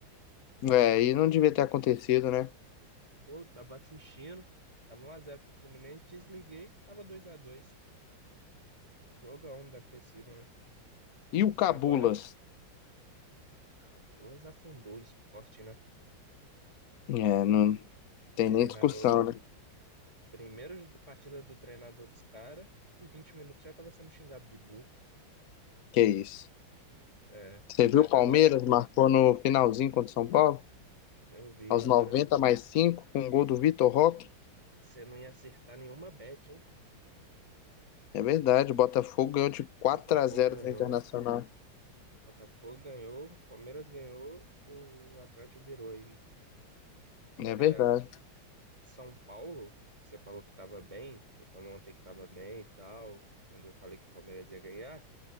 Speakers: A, on the left; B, on the right.
A: É, e não devia ter acontecido, né?
B: Pô, tava assistindo, tava um a zero pro Fluminense, desliguei, tava dois a dois Jogão deve ter sido, né?
A: E o Cabulas?
B: Agora, Cabulas afundou o esporte, né?
A: É, não tem nem
B: Treinador,
A: discussão, né?
B: primeiro partida do treinador dos caras e 20 minutos já tava sendo xingado de burro.
A: Que isso.
B: É,
A: Você viu
B: a-
A: o Palmeiras
B: agora,
A: marcou no finalzinho contra o São Paulo?
B: eu vi,
A: Aos
B: agora
A: 90 mais 5 com um gol do Vitor Roque?
B: você não ia acertar nenhuma bet, hein?
A: É verdade, o Botafogo ganhou de 4
B: Botafogo
A: a zero
B: ganhou,
A: do Internacional.
B: Botafogo ganhou, Palmeiras ganhou e o Atlético virou aí, né?
A: É
B: Cara,
A: verdade.
B: São Paulo, você falou que tava bem, você falou ontem que tava bem e tal, quando eu falei que o Palmeiras ia ganhar,